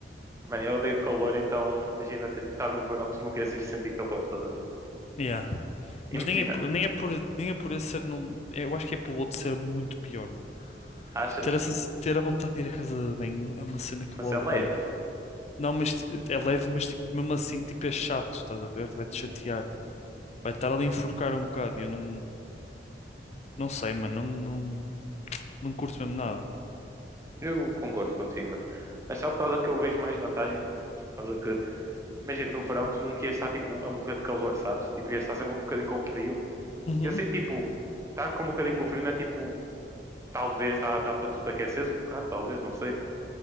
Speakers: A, on the right; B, on the left.
A: Mano, eu odeio calor, então imagina tipo, estar no verão, tu não queres ir sentir calor, estás a ver?
B: Yeah.
A: Imagina,
B: Mas nem é, por- nem é por, nem é por esse ser, não, é, eu acho que é pelo outro ser muito pior, mano.
A: achas?
B: Ter, essa, ter a vontade de ir à casa de banho é uma cena que
A: Mas
B: eu odeio.
A: é leve.
B: Não, mas t- é leve, mas tipo, mesmo assim, tipo, é chato, estás a ver? Vai-te
A: Uhum.
B: chatear. Vai estar ali a enforcar um bocado. e Eu não, não sei, mano, não, não, não curto mesmo nada.
A: Eu concordo contigo, mano. Mas só por causa que eu vejo mais vantagens no outro. Por causa que, imagina, no verão tu nunca ias estar tipo a morrer de calor, sabes? Tipo, ias estar sempre um bocadinho com frio.
B: Uhum.
A: E assim, tipo, estar com um bocadinho com frio não é tipo, talvez dá, dá para tu te aqueceres um bocado, talvez, não sei.